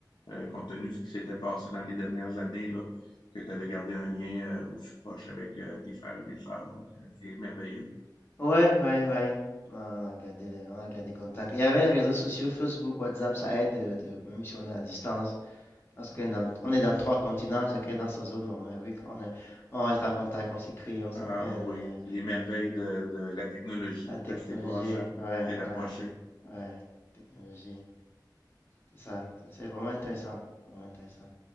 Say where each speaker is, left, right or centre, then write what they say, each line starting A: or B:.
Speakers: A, on the left; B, on the left.
A: euh, compte tenu de ce qui s'était passé dans les dernières années, là, que tu avais gardé un lien euh, aussi proche avec euh, tes frères et tes sœurs. Donc, euh, c'est merveilleux.
B: Ouais, ouais, ouais. Ouais, On a gardé, les- on a gardé contact. Et avec les réseaux sociaux, Facebook, WhatsApp, ça aide, euh, de- même si on est à distance. Parce qu'on est dans, on est dans trois continents, chacun est dans sa zone. Non, mais oui, on est, on reste en contact, on s'écrit, on s'appelle.
A: Ah oui,
B: euh,
A: les merveilles de, de la technologie
B: la
A: pour
B: technologie,
A: rester proche, hein,
B: ouais,
A: rester rapproché.
B: ouais, ouais. Technologie, c'est ça. C'est c'est vraiment intéressant. Vraiment intéressant.